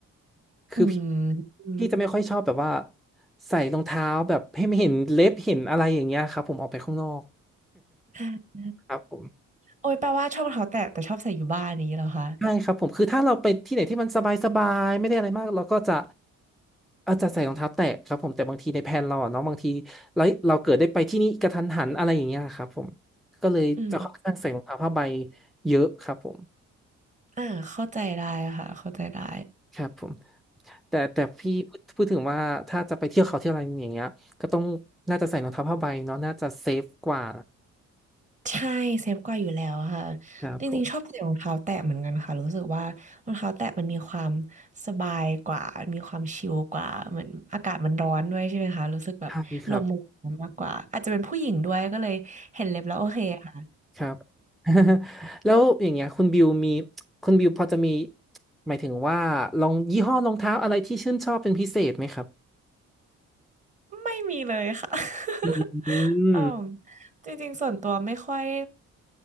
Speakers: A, in the centre; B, on the right (about 25°).
A: คือพี่
B: อืมอืม
A: พี่จะไม่ค่อยชอบแบบว่าใส่รองเท้าแบบให้ไม่เห็นเล็บเห็นอะไรอย่างเงี้ยครับผมออกไปข้างนอก
B: อ่า
A: <laughs> ครับผม
B: โอ้ยแปลว่าชอบรองเท้าแตะแต่ชอบใส่อยู่บ้านนี้เหรอคะ
A: ใช่ครับผมคือถ้าเราไปที่ไหนที่มันสบายๆไม่ได้อะไรมากเราก็จะอาจจะใส่รองเท้าแตะครับผมแต่บางทีในแผนเราอะเนาะบางทีเราเราเกิดได้ไปที่นี่กระทันหันอะไรอย่างเงี้ยครับผมก็เลยจะค่อนข้างใส่รองเท้าผ้าใบ
B: อืม
A: เยอะครับผม
B: อ่าเข้าใจได้ค่ะ เข้าใจได้
A: ครับผมแต่แต่พี่พูดพูดถึงว่าถ้าจะไปเที่ยวเขาเที่ยวอะไรอย่างเงี้ยก็ต้องน่าจะใส่รองเท้าผ้าใบเนาะน่าจะเซฟกว่า
B: ใช่เซฟกว่าอยู่แล้วค่ะ
A: ครับผม
B: จริงๆชอบใส่รองเท้าแตะเหมือนกันค่ะรู้สึกว่ารองเท้าแตะมันมีความสบายกว่ามีความชิลกว่าเหมือนอากาศมันร้อนด้วยใช่ไหมคะรู้สึกแบบลมมันร้อนมากกว่าอาจจะเป็นผู้หญิงด้วยก็เลยเห็นเล็บแล้วโอเคค่ะ
A: ใช่ครับ ครับ <laughs> แล้วอย่างเงี้ยคุณบิวมีคุณบิวพอจะมีหมายถึงว่าลองยี่ห้อรองเท้าอะไรที่ชื่นชอบเป็นพิเศษไหมครับ
B: ไม่มีเลยค่ะ <laughs>
A: อืม
B: อ๋อจริงๆส่วนตัวไม่ค่อย